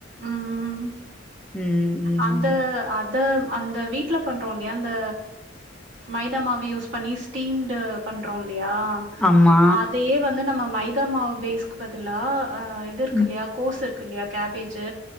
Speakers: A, on the right; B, in the centre.
A: ம்
B: ம் ம்
A: அந்த அத அந்த வீட்ல பண்றோ இல்லையா அந்த மைதா மாவு யூஸ் பண்ணி ஸ்டீம்டு பண்றோ இல்லையா
B: ஆமா
A: அதையே வந்து நம்ம மைதா மாவு பேஸ்கு பதிலா அ இது இருக்கு
B: ம்.
A: இல்லையா கோஸ் இருக் கில்லையா கேபேஜ்